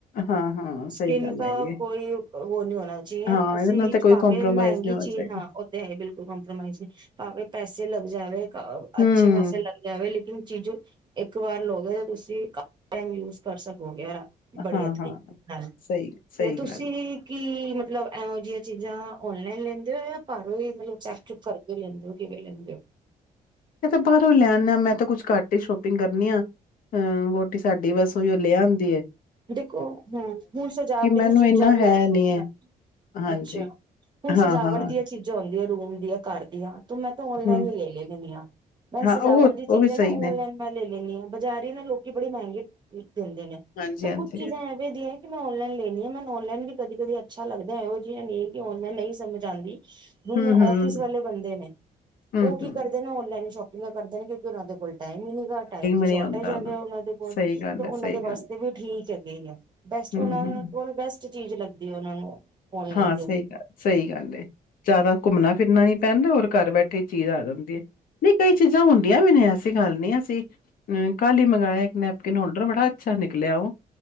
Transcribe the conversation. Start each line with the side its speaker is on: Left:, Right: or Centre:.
Left: ਹਾਂ-ਹਾਂ, ਸਹੀ
Right: ਸਕਿੰਨ
Left: ਗੱਲ
Right: ਕਾ
Left: ਹੈਗੀ ਏ।
Right: ਕੋਈ ਉਹ ਨੀ ਹੋਣਾ ਚਾਹੀਏ,
Left: ਹਾਂ,
Right: ਅਸੀਂ
Left: ਏਦੇ ਨਾਲ ਤਾਂ ਕੋਈ
Right: ਪਾਵੇ
Left: ਕੰਪ੍ਰੋਮਾਈਜ਼
Right: ਮਹਿੰਗੀ
Left: ਨੀ ਹੋਣਾ
Right: ਚੀਜ਼
Left: ਚਾਈਦਾ।
Right: ਹਾਂ, ਨਹੀਂ ਬਿਲਕੁਲ ਕੰਪਰੋਮਾਈਜ ਨਹੀਂ, ਭਾਵੇਂ ਪੈਸੇ ਲੱਗ ਜਾਵੇ,
Left: ਹੂੰ,
Right: ਅੱਛੇ ਖਾਸੇ ਲੱਗ ਜਾਵੇ ਲੇਕਿਨ ਚੀਜ਼ੋ ਇੱਕ ਵਾਰ ਲੋਗੇ ਤੁਸੀਂ ਟੂ ਯੂਜ ਕਰ ਸਕੋਗੇ ਬੜੀਆ
Left: ਹਾਂ-ਹਾਂ,
Right: ਤਰੀਕੇ ਨਾਲ,
Left: ਸਹੀ ਸਹੀ
Right: ਤੇ ਤੁਸੀਂ
Left: ਗੱਲ।
Right: ਕੀ ਮਤਲਬ ਇਹੋ ਜਿਹੀਆਂ ਚੀਜ਼ਾਂ ਔਨਲਾਈਨ ਲੈਂਦੇ ਹੋ ਜਾ ਉਹ ਚੈਕ ਚੁਕ ਕਰਕੇ ਲੈਂਦੇ ਹੋ ਕਿਵੇ ਲੈਦੇ ਔ,
Left: ਇਹ ਤਾਂ ਬਾਹਰੋਂ ਲਿਆਨੇ ਮੈਂ ਤਾਂ ਕੁਛ ਘੱਟ ਹੀ ਸ਼ੋਪਿੰਗ ਕਰਨੀ ਆ ਹੂੰ, ਵੋਟੀ ਸਾਡੀ ਬਸ ਉਹੀ ਲੇ ਆਦੀ ਹੈ।
Right: ਦੇਖੋ ਹੂੰ, ਹੁਣ ਸਜਾਵਟ ਦੀ
Left: ਮੈਨੂੰ
Right: ਚੀਜ਼ਾਂ
Left: ਇੰਨਾ
Right: ਵੀ
Left: ਹੈ
Right: ਆਦੀ
Left: ਨੀ ਐ
Right: ਹਾਂਜੀ
Left: ਹਾਂਜੀ,
Right: ਅੱਛਾ ਹੁਣ
Left: ਹਾਂ-ਹਾਂ,
Right: ਸਜਾਵਟ ਦੀਆਂ ਚੀਜ਼ਾਂ ਆਦੀਆਂ ਰੂਮ ਦੀਆਂ ਘਰ ਦੀਆਂ ਮੈਂ ਤਾਂ ਔਨਲਾਈਨ
Left: ਹੂੰ,
Right: ਹੀ ਲੈ ਲੈਨੀ ਹਾਂ, ਮੈਂ
Left: ਹਾਂ
Right: ਸਜਾਵਟ
Left: ਉਹ
Right: ਦੀ ਚੀਜ਼
Left: ਉਹ ਵੀ
Right: ਹੈ ਨਾ
Left: ਸਹੀ
Right: ਔਨਲਾਈਨ
Left: ਨੇ
Right: ਮੈਂ ਲੈ ਲੈਂਦੀ ਹਾਂ ਬਜ਼ਾਰੀ ਨਾ ਲੋਕੀ ਬੜੀ ਮਹਿੰਗੀ ਹੂੰ, ਦਿੰਦੇ ਨੇ
Left: ਹਾਂਜੀ-ਹਾਂਜੀ,
Right: ਤੇ ਕੁਚੀ ਜਾਏ ਇਵੇ ਦੀ ਹੈ। ਮੈਂ ਔਨਲਾਈ ਲੈਂਨੀ ਹਾਂ, ਮੈਂ ਔਲਾਈਨ ਵੀ ਕਦੀ ਕਦੇ ਅੱਛਾ ਲੱਗਦਾ ਇਹੋ ਜਿਹੀ ਨੀ ਹੈ, ਕਿ ਔਨਲਾਈਨ ਨਹੀਂ ਸਮਝ ਆਦੀ ਹੁਣ
Left: ਹੂੰ-ਹੂੰ,
Right: ਔਫਿਸ ਵਾਲੇ ਬੰਦੇ ਨੇ,
Left: ਹੂੰ-ਹੂੰ,
Right: ਉਹ ਕੀ ਕਰਦੇ ਨਾ ਔਨਲਾਈਨ ਸ਼ੋਪਿੰ ਕਰਦੇ ਨੇ <unintelligible> ਟਾਈਮ ਨੀ ਹੈਗਾ ਟਾਈਮ ਦੀ ਸ਼ੋਰਟੇਜ
Left: ਨੀ ਹੁੰਦਾ
Right: ਹੈਗਾ, ਉਹਨਾਂ ਦੇ ਕੋਲ,
Left: ਸਹੀ
Right: ਤੇ
Left: ਗੱਲ
Right: ਉਹਨਾਂ
Left: ਐ, ਸਹੀ
Right: ਦੇ ਵਾਸਤੇ
Left: ਗੱਲ,
Right: ਵੀ <unintelligible> ਬੈਸਟ
Left: ਹੂੰ-ਹੂੰ।
Right: ਉਹਨਾਂ ਨ ਕੋਲ ਬੈਸਟ ਚੀਜ਼ ਲੱਗਦੀ ਹੈ ਉਹਨਾਂ ਨੂੰ ਔਨਲਾਈਨ
Left: ਹਾਂ
Right: ਦੇ
Left: ਸਹੀ ਗੱਲ ਸਹੀ ਗੱਲ ਏ ਜ਼ਿਆਦਾ ਘੁੰਮਣਾ ਫਿਰਨਾ ਨੀ ਪੈਂਦਾ ਐਰ ਘਰ ਬੈਠੇ ਚੀਜ਼ ਆ ਜਾਂਦੀ ਹੈ ਨਹੀਂ ਕਈ ਚੀਜ਼ਾਂ ਹੁੰਦੀਆਂ ਵੀ ਨੇ ਐਸੀ ਗੱਲ ਨਹੀਂ ਅਸੀਂ ਅ ਕੱਲ ਹੀ ਮੰਗਵਾਇਆ ਇੱਕ ਨੈਪਕਿਨ ਹੋਲਡਰ ਬੜਾ ਅੱਛਾ ਨਿਕਲਿਆ ਉਹ